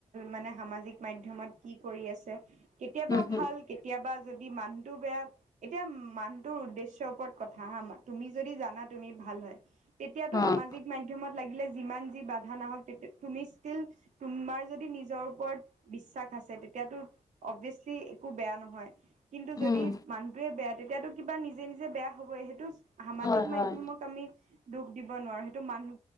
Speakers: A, on the right; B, on the left.
A: মানে সামাজিক- মাধ্যমত কি কৰি আছে কেতিয়াবা
B: উম, হম,
A: ভাল কেতিয়াবা যদি মানুহটো বেয়া- এতিয়া মানুটোৰ উদ্দেশ্যৰ ওপৰত কথা হা তুমি যদি জানা তুমি ভাল হয়। তেতিয়াতো
B: অ',
A: সামাজিক মাধ্যমত লাগিলে যিমান যি বাধা নাহওক তুমি ষ্টিল- তোমাৰ যদি নিজৰ ওপৰত বিশ্বাস আছে তেতিয়াতো- অবভিয়াচলি একো বেয়া নহয়- কিন্তু যদি
B: উম,
A: মানুহটোয়ে বেয়া তেতিয়াতো কিবা নিজে নিজে বেয়া হব সেইটো- সামাজিক
B: হয়, হয়,
A: মাধ্যমক আমি দুখ দিব নোৱাৰো সেইটো মানুহ